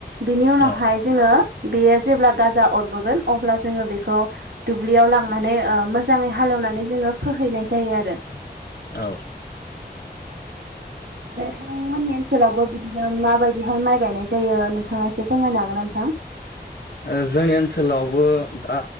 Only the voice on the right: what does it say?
बिनि उनावहाय
जोङो बेयो जेब्ला गाजा अरबोगोन अब्ला जोङो बेखौ दुब्लियाव लांनानै ओ मोजाङै हालेवनानै जोङो फोहैनाय जायो आरो
नोंथांमोननि ओनसोलावबो बिदिनो माबायदिहाय माइ गायनाय जायो नोंथाङा एसे फोरमायनो हागोन ना नोंथां